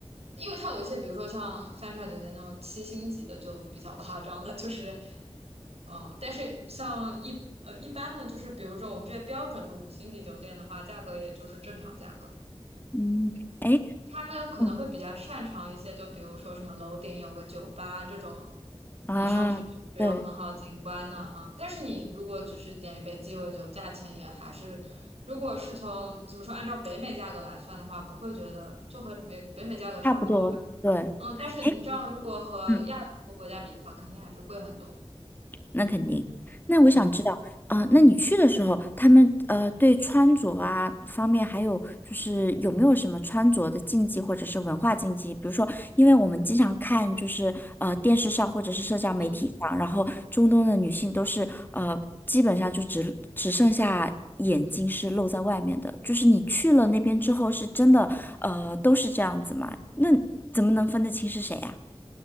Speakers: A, on the right; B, on the left.
A: 因为它有一些，比如说像三船酒店那种七星级的就比较夸张了，就是，嗯，但是像一呃一般的，就是比如说我们这些标准的五星级酒店的话，价格也就是正常价格。
B: 嗯，哎，
A: 他们可能会比较擅长一些，
B: 嗯
A: 就比如说什么楼顶有个酒吧这种，
B: 啊，
A: 你上去就是有很好景观的啊。
B: 对，
A: 嗯但是你如果只是点一杯鸡尾酒，价钱也还是，如果是从怎么说，按照北美价格来算的话，不会觉得就和美北美价格差不多吧。
B: 差不多，对，
A: 嗯，但是你知道，
B: 哎，
A: 如果和亚洲国家比的话，
B: 嗯，
A: 肯定还是贵很多。
B: 那肯定。那我想知道，
A: 嗯
B: 啊，那你去的时候，他们呃对穿着啊方面，还有就是有没有什么穿着的禁忌或者是文化禁忌？比如说，因为我们经常看就是呃电视上或者是社交媒体上，
A: 嗯。
B: 然后中东的女性都是呃基本上就只只剩下眼睛是露在外面的。就是你去了那边之后，是真的呃都是这样子吗？那怎么能分得清是谁呀、